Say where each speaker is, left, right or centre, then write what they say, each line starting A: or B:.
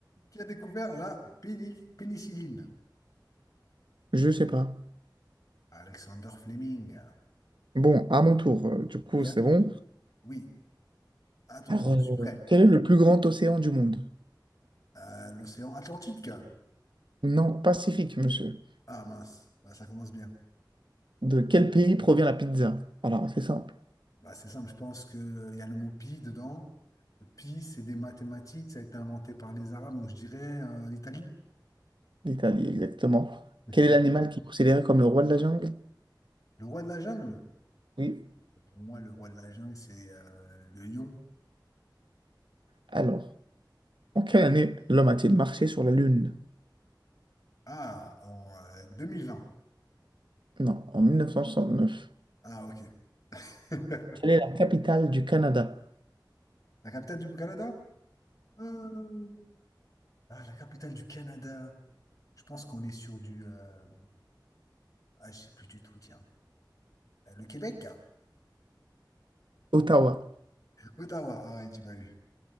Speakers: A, on the left; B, on the right.
A: Qui a découvert la péni- pénicilline?
B: Je sais pas.
A: Alexander Fleming.
B: Bon, à mon tour, euh, du coup,
A: Oui, à
B: c'est
A: ton
B: bon.
A: tour. Oui, à ton
B: Alors,
A: tour, je
B: euh,
A: suis prêt.
B: quel est le plus grand océan du monde?
A: Euh, l'océan Atlantique.
B: Non, Pacifique, monsieur.
A: Ah mince, Bah, ça commence bien.
B: De quel pays provient la pizza? Alors, c'est simple.
A: Bah, c'est simple, je pense qu'il y a le mot pi dedans. Le Pi, c'est des mathématiques, ça a été inventé par les Arabes, donc je dirais euh, l'Italie.
B: L'Italie, exactement.
A: <laughs>
B: Quel est l'animal qui est considéré comme le roi de la jungle?
A: Le roi de la jungle.
B: Oui.
A: Pour moi, le roi de la jungle, c'est euh, le lion.
B: Alors, en quelle année l'homme a-t-il marché sur la Lune?
A: Ah, en euh, deux mille vingt
B: Non, en mille neuf cent neuf.
A: Ah, ok. <laughs>
B: Quelle est la capitale du Canada?
A: La capitale du Canada? Euh, Ah, la capitale du Canada. Je pense qu'on est sur du... euh, Ah, je sais plus du tout, tiens. Euh, Le Québec?
B: Ottawa.
A: Ottawa. Ah ouais, tu m'as eu.